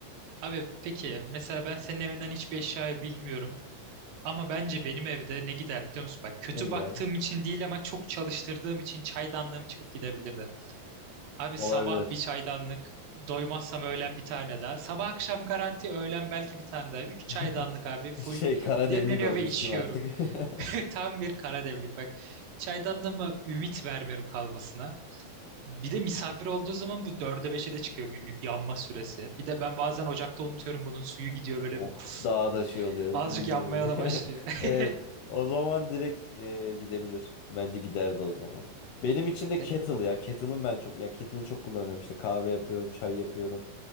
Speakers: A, on the right (about 75°); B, on the left (about 80°).
A: Abi peki mesela ben senin evinden hiçbir eşyayı bilmiyorum. Ama bence benim evde ne gider biliyor musun? Bak kötü
B: ne giderdi?
A: baktığım için değil ama çok çalıştırdığım için çaydanlığım çıkıp gidebilirdi. Abi
B: Olabilir.
A: sabah bir çaydanlık, doymazsam öğlen bir tane daha. Sabah akşam garanti, öğlen belki bir tane daha. Üç
B: <laughs>
A: çaydanlık abi full
B: Şey kara
A: demleniyor
B: demlik olmuştum
A: ve içiyorum.
B: artık. <laughs>
A: <laughs> Tam bir kara demlik bak. Çaydanlığıma ümit vermiyorum kalmasına. Bir de misafir olduğu zaman bu dörde beşe de çıkıyor günlük yanma süresi. Bir de ben bazen ocakta unutuyorum bunun suyu gidiyor böyle
B: Oh
A: puf,
B: daha da şey oluyor iyice
A: azıcık yanmaya
B: neri.
A: da başlıyor.
B: <laughs> Evet
A: <laughs>
B: o zaman direkt e, gidebilir. Bence giderdi o zaman.
A: Hmm,
B: Benim için
A: Set.
B: de kettle ya. Kettle'ım ben çok ya kettle'ı çok kullanıyorum işte kahve yapıyorum, çay yapıyorum.